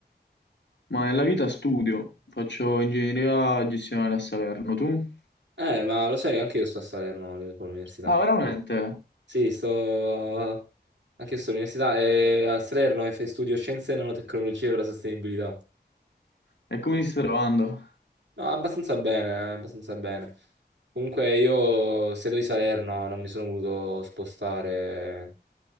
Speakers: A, on the left; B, on the right.
A: Ma nella vita studio, faccio ingegneria gestionale a Salerno, tu?
B: Eh, ma lo sai, anche io sto a Salerno lì, con l'università.
A: Ah, veramente?
B: Sì, sto... Anche io sto all'università e a Salerno e studio Scienze e Nanotecnologie per la sostenibilità.
A: E come ti stai trovando?
B: No, abbastanza bene, abbastanza bene. Comunque io, essendo di Salerno, non mi sono voluto spostare.